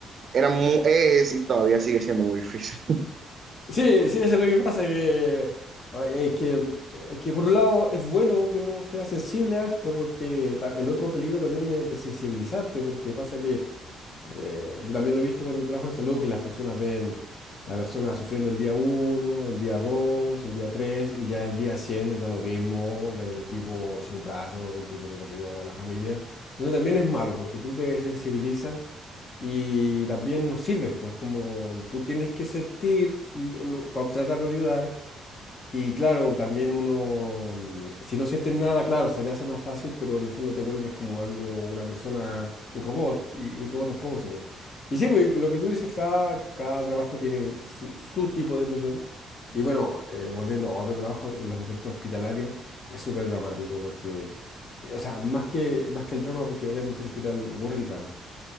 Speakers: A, on the right (about 45°); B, on the left (about 40°).
A: era muy, es y todavía sigue siendo muy difícil.
B: Sí, sí, eso es lo que pasa, que, ah, es que, mm, eh, que por un lado es bueno que uno sea sensible a esto, porque ta- el otro peligro también es desensibilizarte, porque pasa que eh, yo también lo he visto cuando trabajo en salud, que las personas ven la persona sufriendo el día uno el día dos el día 3 y ya el día 100 les da lo mismo ver un tipo sin un brazo, un tipo que perdió a la familia. Entonces también es malo, porque tú te desensibilizas y también nos sirves, pues como tú tienes que sentir para tratar de ayudar y claro, también uno, mm, si no sientes nada, claro, se te hace más fácil, pero en el fondo te vuelves como algo, una persona, un robot y un robot tampoco sirve. Y sí, pues lo que tú dices, cada, cada trabajo tiene su, su tipo de presión y bueno, eh, volviendo a otro trabajo, en los contextos hospitalarios es súper dramático porque... eh, O sea, más que, más que el drama, porque obviamente en el hospital ocurren dramas